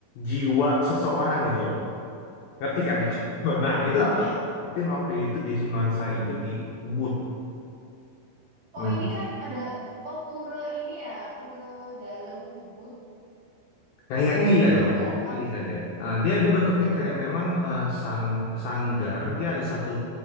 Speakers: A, on the left; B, on the right.
A: jiwa seseorang gitu loh ngerti
B: Mm-mm.
A: kan maksud gue? nah itu aku
B: Iya,
A: perhatiin waktu itu di nuansa itu di Ubud Hmm.
B: Oh ini kan ada oh pura ini ya pura dalam Ubud
A: Kayaknya iya
B: Sanggar
A: deh. Kayaknya
B: atau apa
A: Iya
B: sih Kak?
A: deh. Ah, dia dia bentuknya kayak memang eh, sang sanggar. Dia ada satu